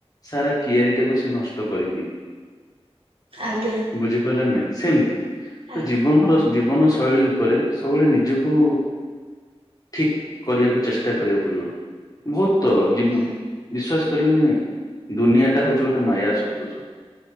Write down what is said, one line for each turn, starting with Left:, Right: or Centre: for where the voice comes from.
Left: ସାରା କିଆରି ଟାକୁ ସେ ନଷ୍ଟ କରିଦିଏ।
Right: ଆଜ୍ଞା
Left: ବୁଝିପାରିଲେ ନାଁ ନାଇଁ ସେମିତି ତ
Right: ଆଜ୍ଞା
Left: ଜୀବନର ଜୀବନ ଶୈଳୀ ଉପରେ ସବୁବେଳେ ନିଜକୁ ଠିକ୍ କରିବାକୁ ଚେଷ୍ଟା କରିବାକୁ ପଡିବ। ବହୁତ ତ ବିଶ୍ୱାସ
Right: ଆଜ୍ଞା
Left: କରିବନି ଦୁନିଆଟା ହଉଛି ଗୋଟେ ମାୟା ସଦୃଶ।